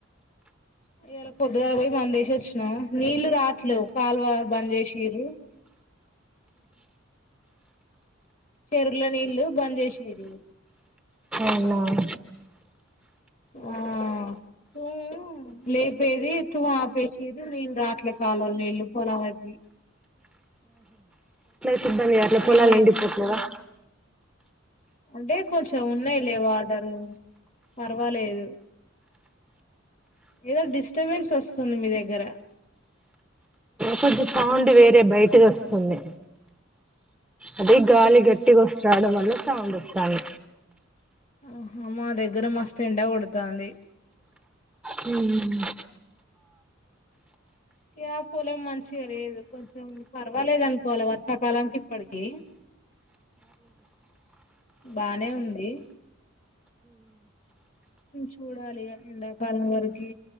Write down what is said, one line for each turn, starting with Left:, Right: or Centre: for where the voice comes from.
Left: ఇయాల పొద్దుగాల బొయి మందేసొచ్చినం నీళ్ళు రాట్లేవు కాలువ బంద్ చేసింన్రు చెరవుల నీళ్ళు బంద్ చేసింరు
Centre: అవునా
Left: ఆ తూము లేపేది తూము ఆపేసిర్రు నీళ్ళు రాట్లే కాలువల నీళ్ళు పొలాలకి
Centre: పెద్దగ ఎయ్యట్లే పోలాలు
Left: ఏమైత్
Centre: ఎండి పోతున్నైగా
Left: అంటే కొంచెం ఉన్నాయి లేవా ఆడరు పర్వాలేదు ఏదో డిస్టబెన్స్ వస్తుంది మీ దగ్గర
Centre: కొంచదిె సౌండ్ వేరే బయటికి వస్తుంది అదే
Left: అవునా
Centre: గాలి గట్టికి వస్తంది రావడం వల్ల సౌం వస్తాను
Left: ఆహా మా దగ్గర మస్తు ఎండ కొడుతాంది
Centre: హహమ్
Left: ఏ పొలం మంచిగా లేదు కొంచెం పర్వాలేదు అనుకోవాలి వర్షాకాలంకి ఇప్పటికి బానే ఉంది చూడాలి ఎండాకాలం వరకు